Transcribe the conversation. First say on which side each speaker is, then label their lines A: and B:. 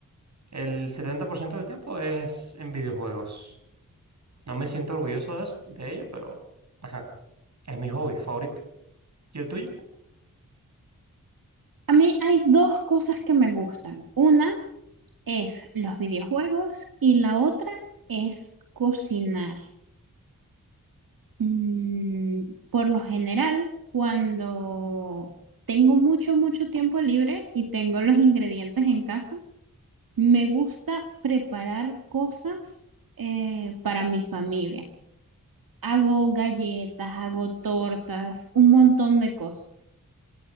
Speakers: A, on the right; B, on the right.
A: el 70% del tiempo es en videojuegos. No me siento orgulloso de eso- de ello, pero ajá, es mi hobby favorito. ¿Y el tuyo?
B: A mí hay dos cosas que me gustan. Una es los videojuegos y la otra es cocinar. Mm, por lo general, cuando tengo mucho, mucho tiempo libre y tengo los ingredientes en casa, Me gusta preparar cosas eh, para mi familia. Hago galletas, hago tortas, un montón de cosas.